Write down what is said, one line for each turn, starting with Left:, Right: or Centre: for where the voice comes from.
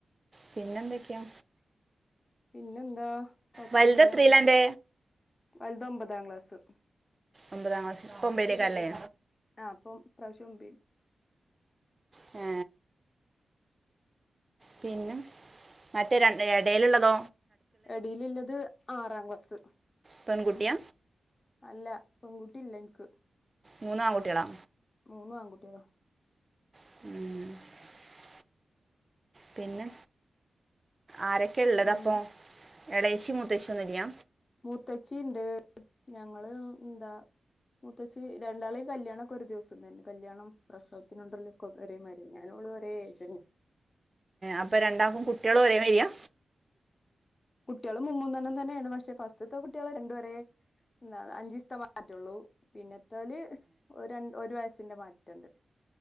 Right: പിന്നെന്തൊക്കെയാ.
Left: പിന്നെ എന്താ കൊഴപ്പൊന്നുല്ല
Right: വലുത് എത്രയില്ല
Left: അങ്ങനെ
Right: എൻ്റെ
Left: പോണ് വലുത് ഒമ്പതാം ക്ലാസ്.
Right: ഒമ്പതാം ക്ലാസ് ഒമ്പൊയിലേക്കാരല്ലേ?
Left: ആ് അപ്പം ഇപ്രാവശ്യം ഒമ്പായിൽ.
Right: ഹേ പിന്നെ മറ്റേ എടല്ള്ളതോ?
Left: എടിയിലുള്ളത് ആറാം ക്ലാസ്സ്
Right: പെൺകുട്ടിയ
Left: അല്ല പെൺകുട്ടി ഇല്ല ഇന്ക്ക്
Right: മൂന്നാംൺകുട്ടികളാ
Left: മൂന്നു ആങ്കുട്ട്യളാ.
Right: ഉം. പിന്നെ, ആരൊക്കെള്ളതപ്പോ,
Left: പിന്നെ
Right: എളേച്ചിം മൂത്തച്ചിം ഒന്നുല്ല്യ.
Left: മൂത്തച്ചീണ്ട്. ഞങ്ങള് ന്താ മൂത്തച്ചീ രണ്ടാളെയും കല്ല്യാണൊക്കൊരു ദിവസം തന്നെ. കല്യാണം പ്രസവത്തിനൊണ്ടര്ലു കൊ ഒരേമാരിന്നെ ഞാനു ഓളു ഒരേ ഏജന്നെ.
Right: അപ്പം രണ്ടാക്കും കുട്ട്യളും ഒരേ മാര്യാ.
Left: കുട്ട്യള് മുമ്മൂന്നെണ്ണം തന്നേണ്. പഷെ ഫസ്റ്റ്ത്തെ കുട്ട്യളെ രണ്ടു വരേ എന്താ അഞ്ചീസ്ത്തെ മാറ്റൊള്ളൂ. പിന്നത്തോല് ഒരൺ ഒരു വയസ്സിന്റെ മാറ്റണ്ട്.